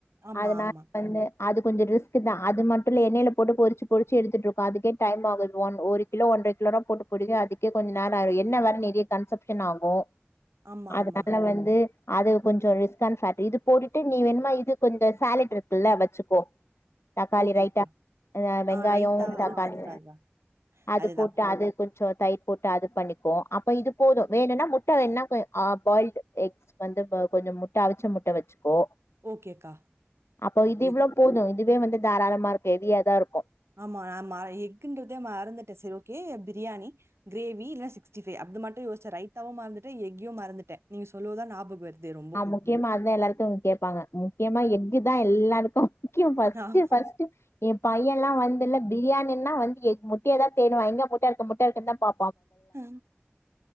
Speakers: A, on the right; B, on the left.
A: ஆமா,
B: அதனால
A: ஆமா.
B: வந்து அதுக்கு கொஞ்சம் ரிஸ்க் தான் அது மட்டும் இல்ல எண்ணெயில போட்டு பெறிச்சி பெறிச்சி எடுத்துட்டு இருக்கும் அதுக்கே டைம் ஆகும் ஒரு கிலோ ஒன்றரை போட்டு முடிக்க அதுக்கு கொஞ்சம் நேரம் ஆயிரும் என்ன வேற நிறைய கன்சப்ஷன் ஆகும்
A: ஆமா,
B: அதனால
A: ஆமா.
B: வந்து அது கொஞ்சம் ரிஸ்க ஃபேக்ட் இது போட்டுட்டு நீ வேணுமா இது கொஞ்சம் சேலட் இருக்குல்ல வச்சுக்கோ தக்காளி
A: ஓகேக்கா.
B: ரைத்தா வெங்காயம்
A: ஆ ரைத்தா
B: தக்காளி
A: ஆ அதுதான் அதுதான்.
B: அது
A: அதுதான்.
B: போட்டு அது கொஞ்சம் தயிர் போட்டு அது பண்ணிப்போம் அப்போ இது போதும் வேணும்னா முட்டை வேன்ன பாயில் எக்ஸ் வந்து கொஞ்சம் முட்டை அவிச்ச முட்டை வச்சு போ
A: ஓகேக்கா.
B: அப்போ
A: ஓகே.
B: இது இவ்வளவு போதும் அதுவே வந்து தாராளமா இருக்கு கேவியாதான் இருக்கும்
A: ஆமா ந எக்குன்றதே மறந்துட்டேன் சரி ஓகே அப்படி பிரியாணி கிரேவி இல்ல சீஸ்ட்டிபை அது மட்டும் யோசிச்சேன் மறந்து எியும் மறந்துட்டே நீங்க சொல்லான் ஞாபகம் வருது ரொம்போ.
B: ஆஹ் முக்கியமா அதுதான் எல்லாருக்கும் கேட்பாங்க முக்கியமா இதான் எல்லாருக்கும் முக்கியம்ஃஸ்
A: ஆமா.
B: ஃபஸ்ட் ஃபஸ்ட்டு பையன் எல்லா வந்து இல பிரியாணின்னா வந்து முட்டைய தான் தேடுவன் எங்க முட்டா இருக்கு முட்டா இருக்கு தான் பா
A: ஹ